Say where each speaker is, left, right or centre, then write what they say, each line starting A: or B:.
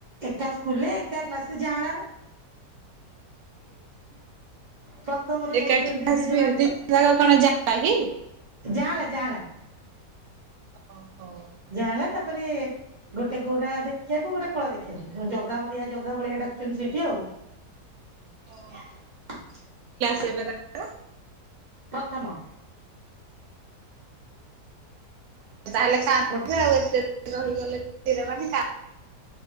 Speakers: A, on the right; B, on the right.
A: ଏକା ସ୍କୁଲରେ ଏକା କ୍ଲାସରେ ଯାଆଁଳା ବା। ପ୍ରଥମରେ
B: ଏକାଠି
A: ପଢୁଛନ୍ତି
B: ଆସିବେ
A: ଜଣ ଯାକ
B: ଦି ଜଣ ଯାକ କଣ ଯାଆଁଳା କି?
A: ଯାଆଁଳା ଯାଆଁଳା ।
B: ଓହୋ ।
A: ଯାଆଁଳା ତାପରେ ଗୋଟେ ଗୋରା ଦେଖିବାକୁ ଗୋଟେ କଳା ଦେଖିବାକୁ ଜଗା ବଳିଆ ଜଗା ବଳିଆ ଡାକୁଛନ୍ତି ସେଠି ଆଉ
B: ହଁ।
A: । <inaudible>
B: <unintelligible>
A: ପ୍ରଥମ ।
B: ତାହେଲେ ସାଥ
A: ଗୋ
B: ଯିବେ ଆଉ ଏତେ ରହିଗଲେ ପିଲାମାନେ ।